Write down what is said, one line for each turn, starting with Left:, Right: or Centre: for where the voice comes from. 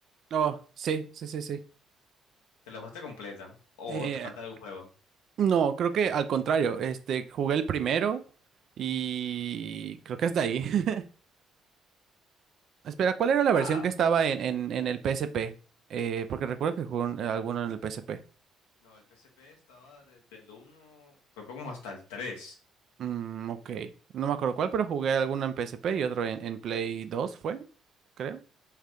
Right: Oh, sí, sí, sí, sí.
Left: ¿Te la jugaste completa? ¿O
Right: Eh,
Left: te falta algún juego?
Right: no, creo que al contrario, este, jugué el primero y creo que hasta ahí. <laughs> Espera, ¿cuál era la versión
Left: Ah,
Right: que estaba en, en, en el PSP? Eh, porque recuerdo que jugué un- alguno en el PSP.
Left: no, el PSP estaba desde el uno, creo que como hasta el 3.
Right: Mm, ok. No me acuerdo cuál, pero jugué alguno en PSP y otro en, en Play 2, ¿fue? Creo.